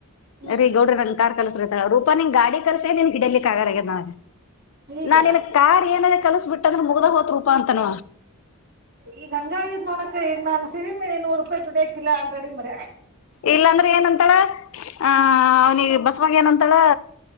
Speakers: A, on the right; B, on the left.
A: ಹ್ಮ್
B: ರೀ ಗೌಡ್ರ ನಾರ್ ಕಲಸ್ರತಳ ರೂಪಾನ್ ಗಾಡಿ ಕರ್ಸೇ ನೀನ್ ಗಿಡಲಿ ಕಗಗನ
A: ಈಗ
B: ನಾನ ಇನ್ ಕಾರ್ ಏನದ ಕಲ್ಸ ಬಿಿಟ್ಟಂದ್ರೆ ಮುಗ್ದಾಗ ಹೋತ್ ರೂಪಾ ಅಂತನ
A: ಈಗ ಗಂಗಾಯದ್ ನೋಡಕ ಈಗ ನಾನು ಸಿಿವಿಮಿಿ ನೂರು ರೂಪಾಯಿ ದುಡ್ಡ ಕಿಿಲ್ಲ ಆಲ್ರೆಡಿ ಮರ
B: ಇಲ್ಲಾಂದ್ರೆ ಏನಂತಳ ಆ ಅವ್ನಿಗೆ ಬಸ್ವಾಗ ಏನಂತಳ